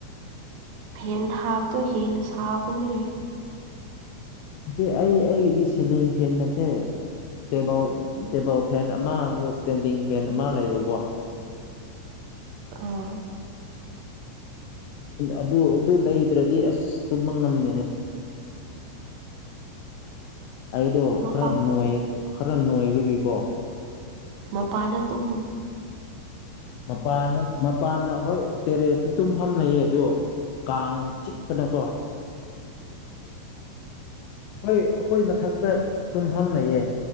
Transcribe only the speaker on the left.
ꯅꯠꯇꯦ ꯑꯩ ꯑꯩꯒꯤꯗꯤ ꯁꯤꯂꯤꯡ ꯐꯦꯟ ꯅꯠꯇꯦ ꯇꯦꯕꯜ ꯇꯦꯕꯜ ꯐꯦꯟ ꯑꯃ ꯑꯗꯨꯒ ꯏꯁꯇꯦꯟꯗꯤꯡ ꯐꯦꯟ ꯑꯃ ꯂꯩꯕꯀꯣ
ꯑꯗꯨ ꯑꯗꯨ ꯂꯩꯗ꯭ꯔꯗꯤ ꯑꯁ ꯇꯨꯝꯕ ꯉꯝꯅꯤꯅꯦ ꯑꯩꯗꯣ
ꯈꯔ ꯈꯔ ꯅꯣꯏꯕꯒꯤꯀꯣ
ꯃꯄꯥꯟꯗ ꯃꯄꯥꯟꯗ ꯍꯣꯏ ꯇꯦꯔꯦꯁꯇꯨ ꯇꯨꯝꯐꯝ ꯂꯩꯌꯦ ꯑꯗꯣ ꯀꯥꯡ ꯆꯤꯛꯄꯗꯀꯣ ꯍꯣꯏ ꯑꯩꯈꯣꯏ ꯃꯊꯛꯇ ꯇꯨꯝꯐꯝ ꯂꯩꯌꯦ